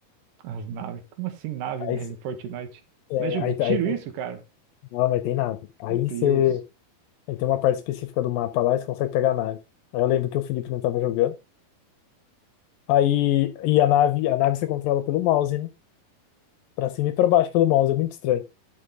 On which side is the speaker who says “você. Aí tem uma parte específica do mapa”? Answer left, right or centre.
Left